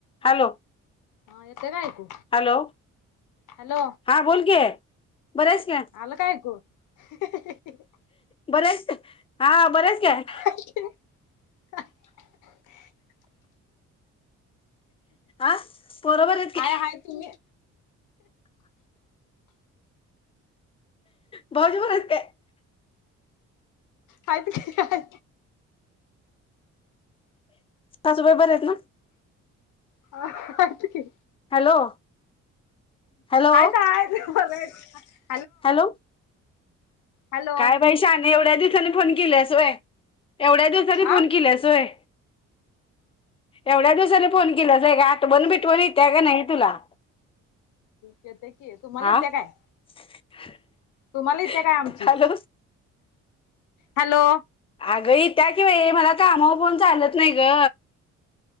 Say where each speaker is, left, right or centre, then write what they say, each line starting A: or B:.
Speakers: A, on the left (about 20°); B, on the left (about 80°).
A: Hello.
B: हा येतंय का ऐकू?
A: हॅलो
B: हॅलो
A: हा बोल की बरी आहेस काय?
B: आलं काय ऐकू? <unintelligible>
A: बरीस का हा बरी आहेस काय?
B: <unintelligible>
A: आ? पोर बरी आहेत
B: हाय
A: का?
B: हाय तुम्ही?
A: भाऊजी पण आहेत काय?
B: आहेत की आहे.
A: सासुबाई बरे आहेत ना?
B: हा आहेत की.
A: हॅलो. हॅलो
B: हायता हायत बरे आहेत.
A: हॅलो
B: हॅलो
A: काय बाई शानी एवढ्या दिवसानी फोन केल्यास होय? एवढ्या दिवसानी फोन
B: आ
A: केल्यास होय? एवढ्या दिवसानी फोन केल्यास व्हयं का आठवण बीटवन येत्या का नाही तुला?
B: येते की, तुम्हाला
A: हा
B: येत्या काय?
A: <unintelligible>
B: तुम्हाला येत्या काय आमची?
A: Hello
B: hello.
A: अगं येत्या की बाई मला कामावर फोन चालत नाही ग.